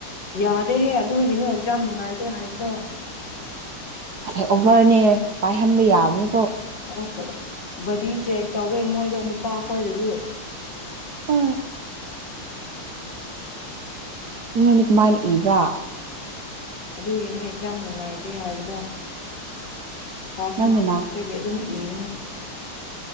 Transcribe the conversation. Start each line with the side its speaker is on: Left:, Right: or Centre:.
Left: ꯌꯥꯗꯦꯍꯦ ꯑꯗꯨꯏꯒꯤꯅꯦ ꯑꯦꯛꯖꯥꯝ ꯅꯨꯡꯉꯥꯏꯇꯦ ꯍꯥꯏꯕꯗꯣ
Right: ꯉꯁꯥꯏ ꯑꯣꯚꯔꯅꯦ ꯄꯥꯏꯍꯟꯕ ꯌꯥꯕꯅꯦ
Left: ꯑꯁ ꯗꯤ ꯆꯦ ꯇꯧꯋꯦ ꯃꯣꯏꯗꯣ ꯅꯨꯄꯥꯈꯣꯏꯗꯗꯤ
Right: ꯍ ꯅ ꯅꯪꯗꯤ ꯀꯃꯥꯏꯅ ꯏꯕ꯭ꯔꯥ
Left: ꯑꯗꯨꯒꯤꯅꯦ ꯑꯦꯛꯖꯥꯝ ꯅꯨꯡꯉꯥꯏꯇꯦ ꯍꯥꯏꯕꯗꯣ ꯄꯥꯁꯃꯥ
Right: ꯅꯪꯅ
Left: ꯈꯥꯛꯇꯒꯤ ꯑꯗꯨꯝ ꯏꯕꯅꯦ